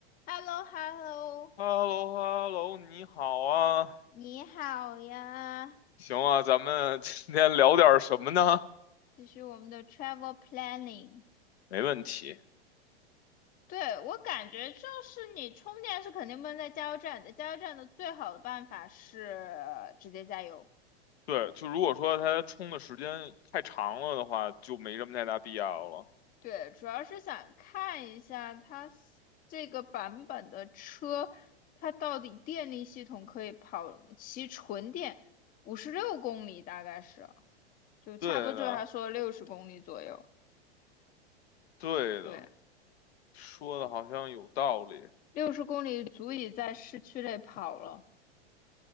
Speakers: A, on the left; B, on the left.
A: h e l l o h e l l o
B: h e l l o h e l l o 你好啊，
A: 你好呀，
B: 行啊，咱们今天聊点儿什么呢？
A: 继续我们的 travel planning。
B: 没问题。
A: 对，我感觉就是你充电是肯定不能在加油站的，在加油站的最好的办法是直接加油。
B: 对，就如果说它充的时间太长了的话，就没什么太大必要了。
A: 对，主要是想看一下它 s- 这个版本的车，它到底电力系统可以跑什么？骑纯电五十六公里大概是，就差不多就是他说六十公里左右。
B: 对的，对的，
A: 对。
B: 说的好像有道理。
A: 六十公里足以在市区内跑了。